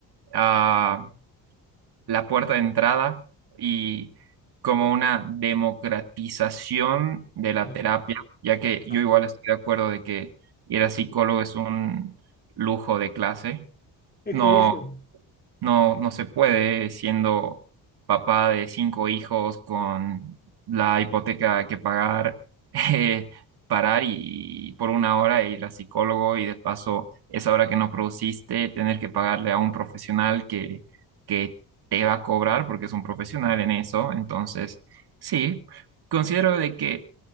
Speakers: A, on the right (about 60°); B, on the left (about 20°).
A: ah, la puerta de entrada y como una democratización de la
B: Sí.
A: terapia, ya que
B: Eso.
A: yo igual estoy de acuerdo de que ir a psicólogo es un lujo de clase.
B: Es
A: No
B: clarísimo.
A: no, no se puede siendo papá de cinco hijos con la hipoteca que pagar, <laughs> eh, parar y, y por una hora ir al psicólogo y de paso esa hora que no produciste tener que pagarle a un profesional que, que te va a cobrar porque es un profesional en eso. Entonces, sí, considero de que